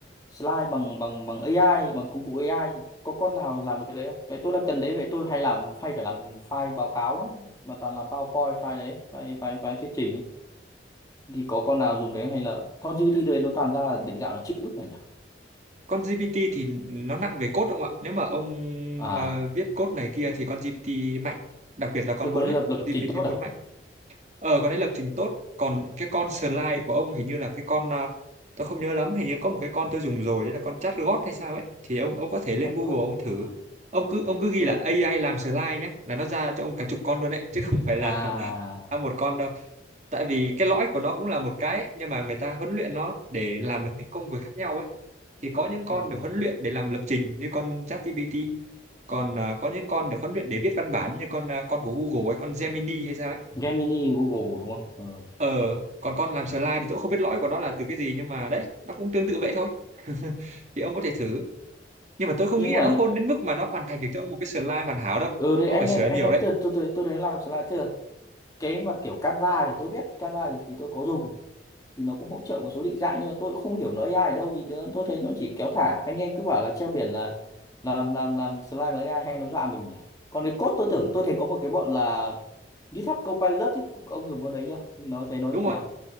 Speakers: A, on the left; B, on the right.
A: slide bằng bằng bằng AI bằng công cụ AI thì có con nào làm được cái đấy không? Đấy tôi đang cần đấy vậy tôi hay làm file phải làm file báo cáo lắm mà toàn làm PowerPoint file đấy file file file thuyết trình ấy. thì có con nào dùng đấy hay là con GPT đấy nó toàn ra là định dạng là chữ phải nhỉ?
B: con GPT thì nó nặng về code đúng không ạ nếu mà ông
A: À
B: ờ, viết code này kia thì con GPT mạnh đặc biệt là con
A: tôi có
B: 4
A: nên
B: ấy
A: lập lập
B: GPT
A: trình
B: bốn
A: tốt à?
B: mạnh ờ con ấy lập trình tốt còn cái con slide của ông hình như là cái con à, tôi không nhớ lắm hình như có một cái con tôi dùng rồi đấy là con chatbot hay sao ấy thì ông ông có thể lên
A: Chắc
B: Google
A: tốt.
B: ông
A: À,
B: thử ông cứ ông cứ ghi
A: tức
B: là
A: là
B: AI làm slide nhá là nó ra cho ông cả chục con luôn đấy chứ không phải là
A: à
B: <laughs> ra một con đâu tại vì cái lõi của nó cũng là một cái ấy, nhưng mà người ta huấn luyện nó để làm được những công việc khác nhau ấy thì có những con
A: ừ.
B: được huấn luyện để làm lập trình như con ChatGPT còn à, có những con được huấn luyện để viết văn bản như con à, con của Google ấy con Gemini hay sao ấy
A: Gemini Google đúng không? Ừ.
B: Ờ, còn con làm slide thì tôi cũng không biết lõi của nó là từ cái gì nhưng mà đấy, nó cũng tương tự vậy thôi. <laughs> Thì ông có thể thử. Nhưng mà tôi không
A: Nhưng
B: nghĩ là
A: mà
B: nó
A: những-
B: khôn đến mức mà nó hoàn thành được cho ông một cái slide hoàn hảo đâu.
A: ừ đấy
B: Ông
A: anh
B: phải sửa
A: em
B: nhiều
A: anh em
B: đấy.
A: tôi tôi tôi, tôi đấy làm slide thưa cái mà kiểu Canva thì tôi biết Canva thì, thì tôi có dùng thì nó cũng hỗ trợ một số định dạng nhưng mà tôi cũng không hiểu nó AI ở đâu vì nó, tôi thấy nó chỉ kéo thả anh em cứ bảo là treo biển là là làm làm làm slide bằng AI hay nó dọa mình nhỉ còn cái code tôi tưởng tôi thấy có một cái bọn là GitHub Copilot ý, cũng- ông dùng con đấy chưa nó thấy nó
B: Đúng
A: như
B: rồi.
A: nào